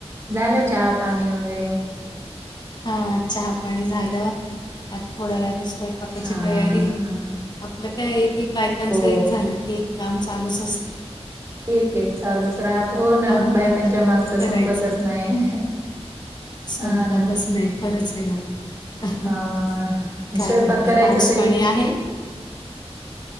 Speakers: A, on the right (about 25°); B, on the left (about 40°).
A: झालं चहा पाणी वगैरे?
B: हा चहा पाणी झालं, आता थोड्या वेळाने स्वयंपाकाची
A: हा
B: तयारी.
A: हा
B: आपलं काय एक एक बायकांचं
A: हो
B: एक झालं की एक काम चालूच असतं.
A: ते काय चालूच राहत, हो ना
B: काम
A: बायकांच्या
B: करता करता
A: मागच
B: करायचं
A: संपतच नाही.
B: संपतच
A: हा ना
B: नाही खरच येणार.
A: अ
B: काय
A: स्वयंपाक
B: म्हणताय
A: करायचा
B: पाऊस
A: तरी
B: पाणी आहे?